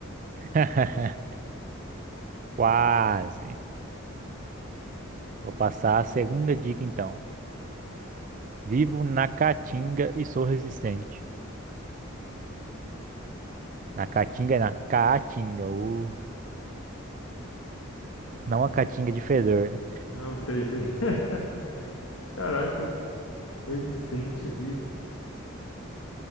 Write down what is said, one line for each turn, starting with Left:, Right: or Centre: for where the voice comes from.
Right: <laughs> Quase. Vou passar a segunda dica então. Vivo na caatinga e sou resistente. Na caatinga é na caatinga, o... não a caatinga de fedor, né?
Left: Não sei se. <laughs> Caraca, resistente ali.